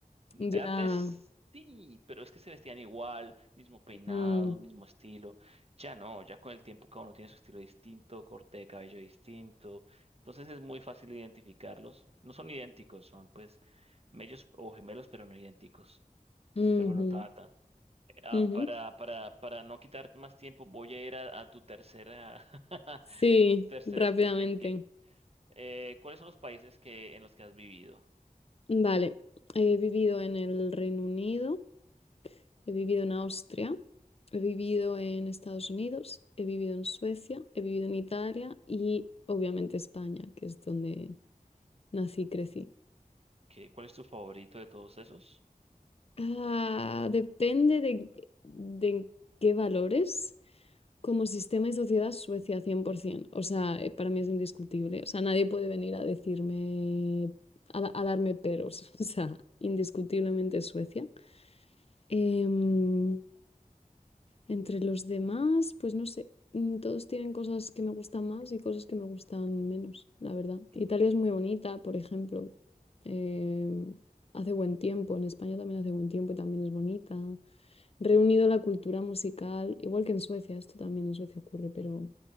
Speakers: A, on the left (about 45°); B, on the right (about 45°).
A: Ya.
B: Antes sí, pero es que se vestían igual, mismo peinado,
A: mm,
B: mismo estilo. Ya no, ya con el tiempo cada uno tiene su estilo distinto, corte de cabello distinto. Entonces es muy fácil identificarlos. No son idénticos, son pues mellos o gemelos, pero no idénticos.
A: ujú,
B: Pero bueno, Tata, eh, ah,
A: ujú.
B: para, para, para no quitar más tiempo, voy a ir a, a tu tercera, <laughs> a
A: Sí,
B: tu tercer
A: rápidamente.
B: statement. Que, eh, ¿cuáles son los países que, en los que has vivido?
A: Vale, he vivido en el Reino Unido. He vivido en Austria, he vivido en Estados Unidos, he vivido en Suecia, he vivido en Italia y obviamente España, que es donde nací y crecí.
B: ¿Qué- cuál es tu favorito de todos esos?
A: Ah, depende de, de en qué valores. Como sistema y sociedad, Suecia 100%. O sea, eh, para mí es indiscutible. O sea, nadie puede venir a decirme, a, da- a darme peros. <laughs> O sea, indiscutiblemente Suecia. Em, Entre los demás, pues no sé, mm, todos tienen cosas que me gustan más y cosas que me gustan menos, la verdad. Italia
B: Ok.
A: es muy bonita, por ejemplo. eh, hace buen tiempo, en España también hace buen tiempo y también es bonita. Reunido la cultura musical, igual que en Suecia, esto también en Suecia ocurre, pero